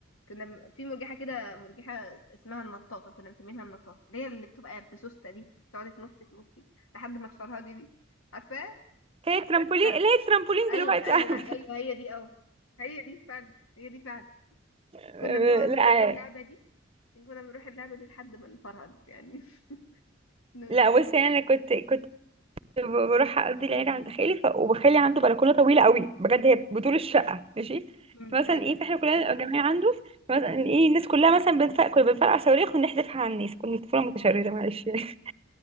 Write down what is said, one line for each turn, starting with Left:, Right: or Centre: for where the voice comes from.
Left: كنا م- في مرجحة كده مرجحة اسمها النطاطة كنا مسمينها النطاطة اللي هي اللي بتبقى بسوستة دي تقعد تنط تنطي لحد ما تفرهدي دي عارفاها؟
Right: هي الترامبولين
Left: لا،
Right: اللي هي الترامبولين
Left: ايوه
Right: دلوقتي
Left: ايوه
Right: عارفة
Left: ايوه هي دي اه هي دي فعلا هي دي فعلا
Right: <laughs>
Left: كنا بنقعد نروح
Right: لا
Left: اللعبة دي كنا بنروح اللعبة دي لحد ما نفرهد يعني <laughs> ن-
Right: لا بصي انا كنت كنت بروح اقضي العيد عند خالي ف... وخالي عنده بلكونه طويله قوي بجد هي بطول الشقه ماشي
Left: مم،
Right: فمثلا
Left: ايوه
Right: ايه فاحنا كلنا جميع عنده مثلا ايه الناس كلها مثلا بنفرق كنا بنفرقع صواريخ ونحذفها على الناس كنا طفوله متشرده معلش يعني <laughs>